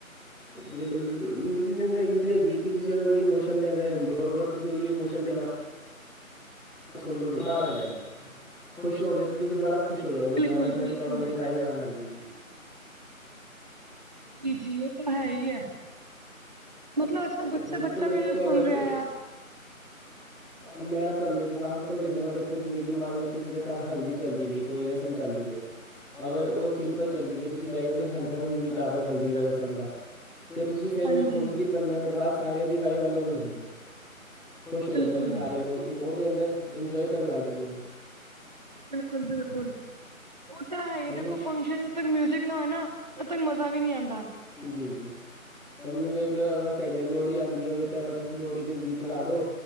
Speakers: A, in the centre; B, on the right.
A: ਬਿਲਕੁ ਬਿਲੁਲਿਜ਼ ਹੈ ਹੈ ਕਿ ਤੁਸੀਂ ਅਗ ਕੋਈ ਇਮੋਸ਼ਨ ਦੇਗ ਰਿੰਦੇ ਹੋਰ, ਤੁਸੀਂ ਉਹੀ ਇਮੋਸ਼ਨਦੇ ਨਾਲ, ਸੁਨ ਲੋਗੇ ਬਾਹਰ ਆ ਜਾਏਗਾ, ਖੁਸ਼ ਹੋ ਗੇਏ ਤੇ ਤੁਸੀਂ ਬੜਾ <inaudible> ਖੁਸ਼ ਹੋ ਜਾਓਗੇ, ਗਾਣਾ
B: ਬਿਲਕੁਲ
A: ਸੁਣ
B: ਬਿਲਕੁਲ
A: ਕੇ ਤੁਹਾਨੂੰ ਬੜੀ ਵਾਹਿਵ ਆਨ ਲੱਗ ਜਾਏਗੀ।
B: ਜੀ- ਜੀ ਇਹ ਤਾਂ ਹੈ ਹੀ ਹੈ। ਮਤਲਬ ਅੱਜ ਕਲ ਬੱਚਾ-
A: ਬਿਲਕੁਲ
B: ਬੱਚਾ
A: ਦੇਖੋ
B: ਮੇਨ
A: ਅਗਰ
B: ਸੁਣ ਰਿਹਾ
A: ਤੁ-
B: ਆ।
A: ਮੈਂ ਤੁਹਾਨੂੰ ਇਗਜ਼ਾਮਪਲ ਦਿੰਦਾ ਵਾਂ, ਦੇਖੋ ਜਿਵੇਂ ਕਿ ਮੰਨ ਲਓ ਕਿਸੇ ਦੇ ਘਰ ਹਲਦੀ ਚੱਲਦੀ ਵੀ ਹੈ, ਕੋਈ ਰਸਮ ਚੱਲਦੀ ਵੀ ਹੈ। ਅਗਰ ਉਹ ਸਿੰਪਲ ਚੱਲਦੀ ਪਣੀ ਵੇ ਤੁਸੀਂ ਬੈਕਗਰਾਊਂਡ ਵਿੱਚ ਹਲਕਾ ਮਿਊਜ਼ਿਕ ਲਾ ਦਿਉ ਹਲਦੀ ਦਾ ਰਸਮ ਦਾ। ਤੇ ਤੁਸੀਂ ਫੇਰ ਵੇਖੋ
B: ਹਾਂਜੀ
A: ਕਿ, ਪੰਦਰਾਂ ਮਿੰਟ ਬਾਅਦ ਸਾਰਿਆਂ ਦੀ ਵਾਈਬ ਅਲੱਗ ਹੋ ਜਾਂਦੀ ਹੈ। ਖੁਸ਼ ਹੋ ਜਾਂਦੇ
B: ਬਿਲਕੁਲ
A: ਨੇ। ਸਾਰੇ ਲੋਕ ਇਹ ਹੋਰ ਜਿਆਦਾ ਅੰਦਰਇੰਜੋਏ ਕਰਨ ਲੱਗ ਜਾਂਦੇ ਨੇ।
B: ਬਿਲਕੁਲ- ਬਿਲਕੁਲ। ਉਹ ਤਾਂ ਹੈ
A: ਆਈਓ
B: ਹੀ। ਦੇਖੋ ਫੰਕਸ਼ਨ ਜਦ ਤੱਕ ਮਿਊਜਿਕ ਨਾ ਹੋਏ ਨਾ‌ ਜਦੋਂ ਤੱਕ ਮਜ਼ਾ ਵੀ ਨਹੀਂ ਆਉਂਦਾ।
A: ਜੀ- ਜੀ। ਉਹੁਨੂੰ ਵੇਖ ਲਓ, ਅਗੇ ਸਾਡੇ ਲੋਹੜੀ ਆਉਂਦੀ ਹੈ ਉਹਦੇ ਤੇ, ਅਗਰ ਤੁਸੀਂ ਲੋਹੜੀ ਦੇ ਗੀਤ ਲਾ ਦੋ।